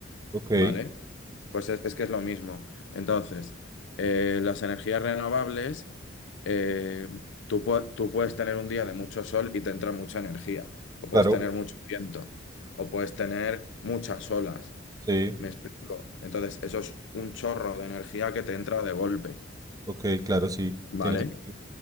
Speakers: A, on the right (about 20°); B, on the left (about 65°).
A: ok,
B: Vale, pues es, es que es lo mismo. Entonces, eh, las energías renovables, eh, tú, pu- tú puedes tener un día de mucho sol y te entra mucha energía, o
A: claro,
B: puedes tener mucho viento, o puedes tener muchas olas.
A: sí,
B: ¿Me explico? Entonces, eso es un chorro de energía que te entra de golpe,
A: ok, claro, sí,
B: ¿vale?
A: tiene sentido.